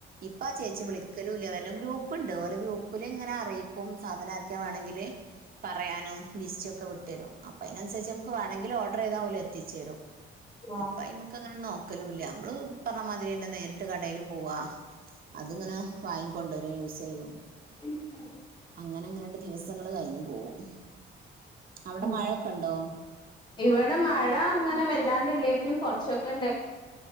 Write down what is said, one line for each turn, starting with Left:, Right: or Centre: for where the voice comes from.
Right: ഇപ്പൊ ആ ചേച്ചി വിളിക്കലുല്ല വരലു ഗ്രൂപ്പ്ണ്ട് ഓലെ ഗ്രൂപ്പില് എങ്ങനെ അറിയിക്കും സാധനക്കെ വണെങ്കിൽ പറയാനും ലിസ്റ്റ ഒക്കെ വി ട്ടെരും അപ്പൊ അതിനനുസരിച്ച് മ്മക്ക് വണെങ്കിൽ ഓഡർ ചെയ്താൽ ഓല്ല്എത്തിച്ചുരും
Left: ആഹ്
Right: ഇപ്പയ്ക്ക്ങ്ങനെ നോ നിക്കലുല്ല മ്മള് പറഞ്ഞമാതിരിന്നെ നേരിട്ട് ട്ട് കടൽ പോവാ അത്ങ്ങനെ വാങ്ങി കൊണ്ടുവര യൂസ് ചെയ്യും
Left: എ <unintelligible>
Right: അങ്ങനെ അങ്ങനെ ദിവസങ്ങള് കഴിഞ്ഞു പോകും അവിടെ
Left: ഉം
Right: മഴൊക്കെ ഉണ്ടോ
Left: ഇവിടെ മഴ അങ്ങനെ വെല്ലാണ്ട്ല്ലെങ്കിലും കൊറച്ചൊക്കൊണ്ട്